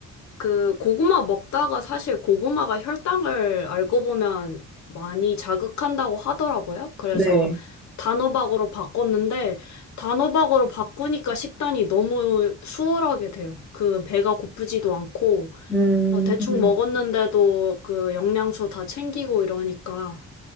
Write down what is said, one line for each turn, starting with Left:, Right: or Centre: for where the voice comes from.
Left: 그 고구마 먹다가 사실 고구마가 혈당을 알고 보면 많이 자극한다고 하더라고요. 그래서
Centre: 네.
Left: 단호박으로 바꿨는데 단호박으로 바꾸니까 식단이 너무 수월하게 돼요. 그 배가 고프지도 않고
Centre: 음,
Left: 어, 대충
Centre: 음.
Left: 먹었는데도 그 영양소 다 챙기고 이러니까